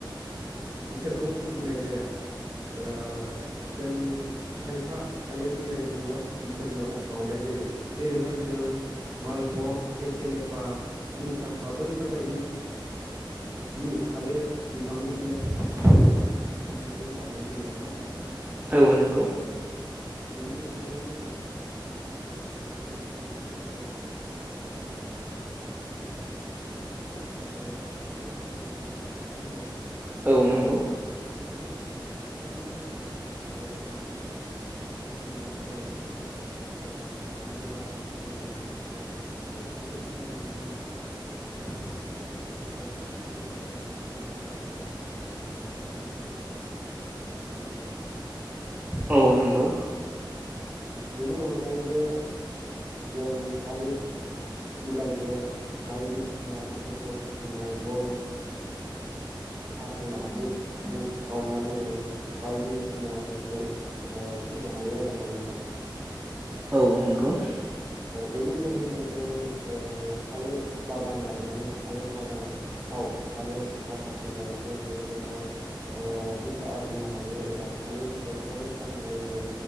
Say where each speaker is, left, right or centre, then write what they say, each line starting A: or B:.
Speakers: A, on the right; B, on the right.
A: इसोरखौ फुजिनाय जाया। ओ जों खायफा थालिर बिलाइखौल' इसोरनाव बावनाय जायो। जेरैहाय जों मालभग केसे लेपा सिनि साम्फा बैफोरबायदि नि थालिर बिफांनि बिलाइफोरखौ जों इसोरनिसिम बावनाय जायो नङा होमबा नोंथां?
B: औ नंगौ।
A: बिनि अनगायैबो जों थालिर फिथाइजों गोबां <unintelligible> फिथा फिथाबो सावनो हायो नङा होमबा नोंथां?
B: औ नंगौ औ नंगौ
A: बै थालिर फिथाइजोंनो जों एसे आथा गुन्दै गलायदेरनानै एबा मैदा गलायदेरनानै जों बै थालिर बिलाइजोंनो थ थेनानै अरखि गुदुङाव एबा खाराय गुदुङाव जों ओ सावनानै थाब खालामनानै जानो हायो। होमबा नोंथां
B: औ नंगौ।
A: बेनि अनगायैबो जों थालिर बिलाइजों बायदिसिना इसोरखौ फुजिनाय गय फाथै बुद मुग बावनानै जों बायदिसिनाखौ फुजा हायो आरोना नोंथां।
B: औ नंगौ।
A: बेनि जोहैबो जों थालिर बागान गायनानै थालिर बागान आव थालिर माखासे गायनानै जों गोबां ओ फैसा आरजिनो हायो एबा थालिर फिथाइखौनो फाननानै जों